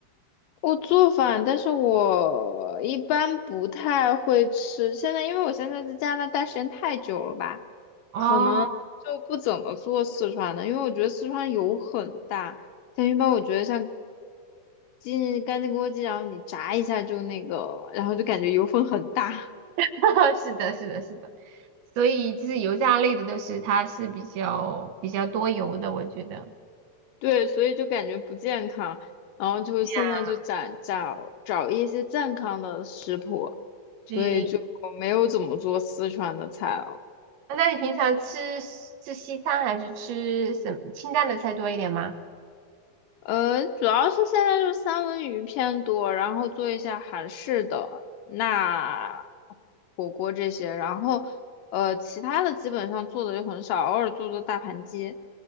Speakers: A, on the left (about 75°); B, on the right (about 85°).
A: 我做饭，但是我一般不太会吃。现在因为我现在在加拿大时间太久了吧，
B: <laughs>
A: 可能就不怎么做四川的，
B: 哦，
A: 因为我觉得四川油很大。像一般我觉得像鸡干净锅鸡，然后你炸一下就那个，然后就感觉油分很大，
B: <laughs> 是的，是的，是的，所以就是油炸类的都是它是比较比较多油的，我觉得。
A: 对，所以就感觉不健康。然后就现在就找找找一些健康的食谱，
B: 对呀，
A: 所以就没有怎么做四川的菜了。
B: 对，那你平常吃吃西餐还是吃什么清淡的菜多一点吗？
A: 呃，主要是现在就是三文鱼偏多，然后做一下韩式的那火锅这些，然后呃其他的基本上做的就很少，偶尔做做大盘鸡。